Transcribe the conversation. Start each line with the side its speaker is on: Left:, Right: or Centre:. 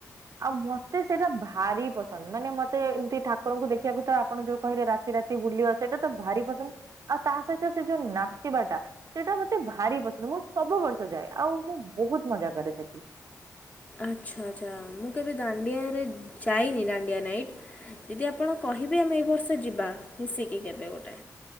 Right: ଆଉ ମତେ ସେଇଟା ଭାରି ପସନ୍ଦ ମାନେ ମତେ ଏମିତି ଠାକୁରଙ୍କୁ ଦେଖିବାକୁ ତ ଆପଣ ଯୋଉ କହିଲେ ରାତି ରାତି ବୁଲିବା ସେଇଟା ତ ଭାରି ପସନ୍ଦ ଆଉ ତା ସହିତ ସେ ଯୋଉ ନାଚିବାଟା ସେଇଟା ମତେ ଭାରି ପସନ୍ଦ ମୁଁ ମୁଁ ସବୁ ବର୍ଷ ଯାଏ ଆଉ ମୁଁ ବହୁତ ମଜା କରେ ସେଠି।
Left: ଆଛାଆଛା ମୁଁ କେବେ ଦାଣ୍ଡିଆରେ ଯାଇନି ଦାଣ୍ଡିଆ ନାଇ ଯଦି ଆପଣ ପେରେଭି ଆମେ ଏ ବର୍ଷ ଯିବା ମିଶିକି କେବେ ଗୋଟେ